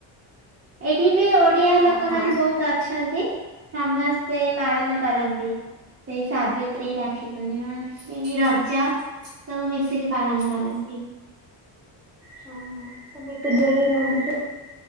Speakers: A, on the right; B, in the centre.
A: ଏଇଠି ବି ଓଡ଼ିଆ
B: ହଁ
A: ଲୋକମାନେ ବହୁତ। ଅଛନ୍ତି। ସମସ୍ତେ ପାଳନ କରନ୍ତି। ସେଇ ସାବିତ୍ରୀ, ରାକ୍ଷୀ ପୂର୍ଣ୍ଣିମା, ଏଇ ରଜ। ସବୁ ମିଶିକି ପାଳନ କରନ୍ତି।
B: ହଁ ହଁ ତମେ ଏତେ ଦୂର ରେ ରହୁଛ